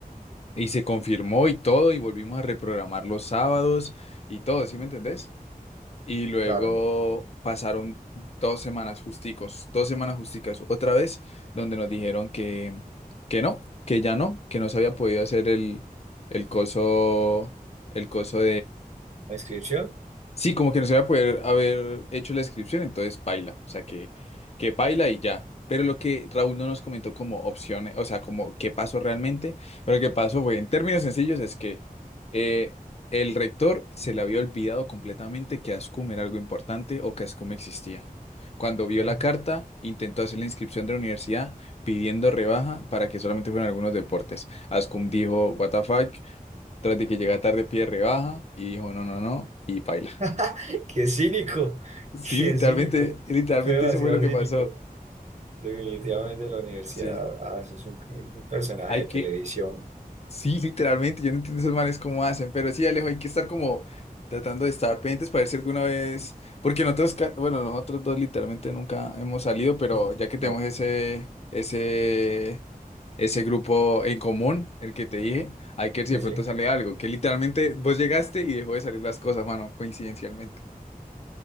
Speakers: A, on the left; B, on the right.
A: Y se confirmó y todo, y volvimos a reprogramar los sábados y todo, ¿sí me entendés? Y luego
B: Claro,
A: pasaron dos semanas justicos, dos semanas justicas otra vez, donde nos dijeron que, que no, que ya no, que no se había podido hacer el, el coso, el coso
B: la inscripción.
A: Sí, como que no se va a poder haber hecho la inscripción, entonces paila, o sea que, que paila y ya. Pero lo que Raúl no nos comentó como opciones, o sea, como qué pasó realmente, pero lo que pasó fue, en términos sencillos, es que eh, el rector se le había olvidado completamente que ASCUM era algo importante o que ASCUM existía. Cuando vio
B: ok.
A: la carta, intentó hacer la inscripción de la universidad pidiendo rebaja para que solamente fueran algunos deportes. ASCUM dijo, what the fuck, tras de que llega tarde pide rebaja y dijo, no, no, no, y paila.
B: <laughs> Qué cínico,
A: Sí,
B: qué
A: literalmente,
B: cínico.
A: literalmente
B: Fue demasiado
A: eso fue lo que
B: cínico.
A: pasó.
B: Definitivamente la universidad,
A: Sí,
B: ah, eso es un, un personaje
A: Hay
B: de televisión.
A: que, sí, literalmente, yo no entiendo esos manes cómo hacen, pero sí, Alejo, hay que estar como tratando de estar pendientes para ver si alguna vez, porque nosotros, ca- bueno, nosotros dos literalmente nunca hemos salido, pero ya que tenemos
B: No,
A: ese, ese, ese grupo en común, el que te dije, hay que ver
B: sí,
A: si de pronto
B: sí.
A: sale algo, que literalmente vos llegaste y dejó de salir las cosas, mano, coincidencialmente.